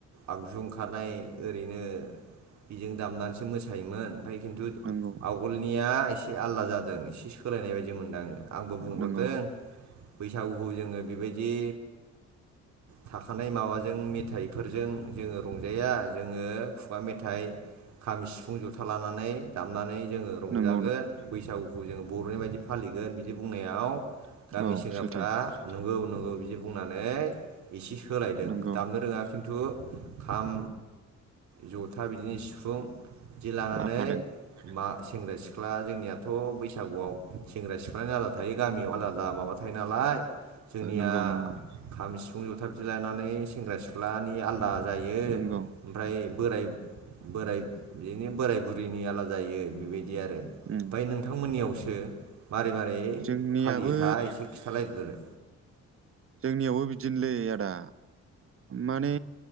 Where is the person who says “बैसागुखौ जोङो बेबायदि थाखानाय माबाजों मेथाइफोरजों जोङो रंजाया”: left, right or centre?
Right